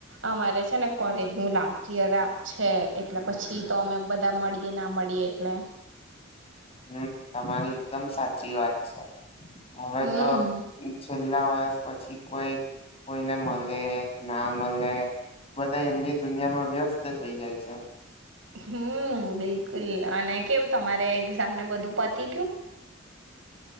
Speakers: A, on the right; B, on the left.
A: અમારે છે ને કોલેજ નું લાસ્ટ ઈયર છે. એટલે પછી તો અમે બધા મળીએ ના મળીએ એટલે.
B: હમ તમારી એકદમ સાચી વાત છે‌ હવે
A: હમ
B: તો છેલ્લા વર્ષ પછી કોઈ કોઈને મલે ના મલે બધા એમની દુનિયામાં વ્યસ્ત થઈ જાય છે.
A: હમ બિલકુલ અને કેવું તમારે એક્ઝામ ને બધું પતી ગયું